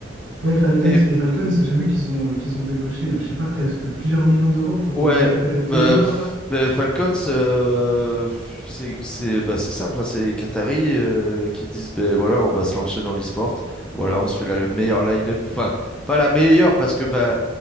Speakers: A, on the right; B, in the centre.
A: Ouais, Falcons.
B: Et
A: Et Falcons, j'ai vu qu'ils ont, euh, qu'ils ont débauché, je sais pas, presque plusieurs millions d'euros pour
B: Ouais,
A: euh, récupérer deux
B: bah,
A: joueurs,
B: pff,
A: là.
B: bah, Falcons, euh, pff, c'est c'est bah, c'est simple, hein, c'est les Qataris euh, qui disent ben voilà, on va se lancer dans l'e-sport, voilà, on se fait la le meilleure line-up, enfin pas la meilleure parce que bah